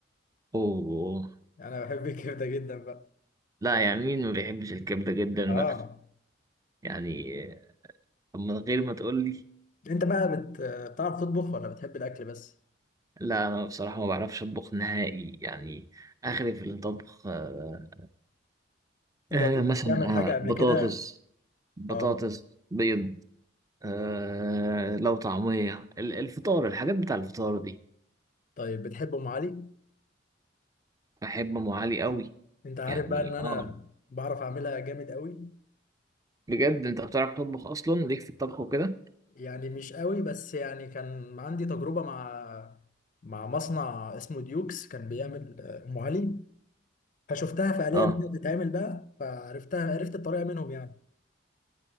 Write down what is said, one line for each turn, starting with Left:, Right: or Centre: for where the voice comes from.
Right: اوه
Left: انا بحب الكبده جدا بقى
Right: لا يعني مين ما بيحبش الكبده جدا
Left: اه
Right: بقى يعني طب من غير ما تقول لي
Left: انت بقى بت... بتعرف تطبخ ولا بتحب الاكل بس
Right: لا انا بصراحه ما بعرفش اطبخ نهائي يعني اخري في الطبخ آه
Left: جربت
Right: آه، مثلا
Left: تعمل حاجه قبل
Right: آه بطاطس
Left: كده
Right: بطاطس
Left: اه
Right: بيض آه لو طعميه ال- الفطار الحاجات بتاع الفطار دي
Left: طيب بتحب ام علي
Right: بحب ام علي قوي
Left: انت عارف
Right: يعني
Left: بقى ان انا
Right: اه
Left: بعرف اعملها جامد قوي
Right: بجد انت بتعرف تطبخ اصلا ليك في الطبخ وكده
Left: يعني مش قوي بس يعني كان عندي تجربه مع مع مصنع اسمه ديوكس كان بيعمل آه، ام علي فشفتها فعليا
Right: اه
Left: وهي بتتعمل بقى فعرفتها عرفت الطريقه منهم يعني